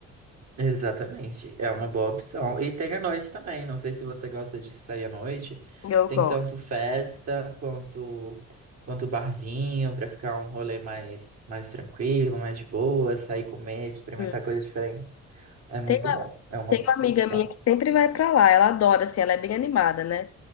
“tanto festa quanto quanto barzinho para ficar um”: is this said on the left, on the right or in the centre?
Right